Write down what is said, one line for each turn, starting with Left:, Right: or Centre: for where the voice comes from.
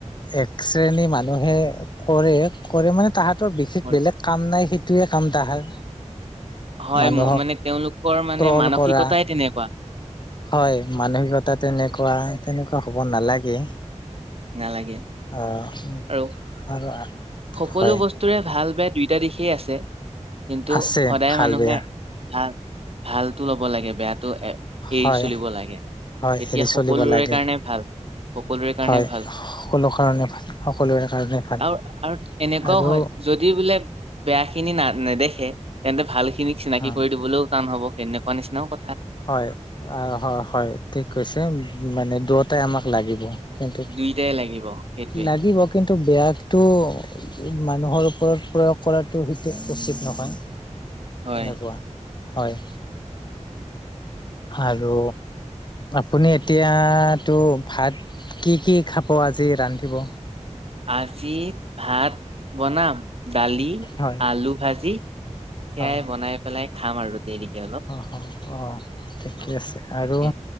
Left: এক শ্ৰেণী মানুহে কৰে, কৰে মানে তাহাঁতৰ বিশেষ
Right: কৰে।
Left: বেলেগ কাম নাই টোৱে কাম‌ তাহাৰ।
Right: হয়
Left: মানুহক
Right: মানে তেওঁলোকৰ মানে
Left: ট্ৰল
Right: মানসিকতাই
Left: কৰা
Right: তেনেকুৱা।
Left: হয় মানসিকতা তেনেকুৱা, তেনেকুৱা হ'ব নালাগে।
Right: নালাগে
Left: আহ
Right: আৰু
Left: আৰু
Right: সকলো
Left: হয়
Right: বস্তুৰে ভাল বেয়া দুইটা দিশেই আছে কিন্তু
Left: আছে
Right: সদায়
Left: ভাল
Right: মানুহে
Left: বেয়া।
Right: ভাল ভালতো ল'ব লাগে বেয়া টো এ এৰি
Left: হয়
Right: চলিব লাগে
Left: হয়
Right: তেতিয়া
Left: এৰি
Right: সকলোৰে
Left: চলিব লাগে
Right: কাৰণে ভাল। সকলোৰে কাৰণে
Left: হয়
Right: ভাল
Left: সকলো কাৰণে ভাল সকলোৰে কাৰণে ভাল
Right: আৰু-আৰু এনেকুৱাও
Left: আৰু
Right: হয় যদি বোলে বেয়াখিনি না-নেদেখে তেন্তে ভাল খিনিক চিনাকি
Left: উম
Right: কৰি দিবলৈও টান হব সেনেকুৱা নিচিনাও ক
Left: হয়, হয়, হয়, ঠিক কৈছে মানে দুয়টাই আমাক লাগিব। কিন্তু
Right: দুইটাই লাগিব সেইটোৱে
Left: লাগিব কিন্তু বেয়া টো মানুহৰ ওপৰত প্ৰয়োগ কৰাটো সেইটো উচিত নহয়।
Right: হয়।
Left: এনেকুৱা হয় আৰু আপুনি এতিয়াতো ভাত কি কি খাব আজি ৰান্ধিব?
Right: আজি ভাত বনাম দালি
Left: হয়
Right: আলু ভাজি সয়াই
Left: অ
Right: বনাই পেলাই খাম আৰু দেৰিকে অলপ।
Left: অ অ অ', ঠিকে
Right: অ
Left: আছে
Right: তাকে
Left: আৰু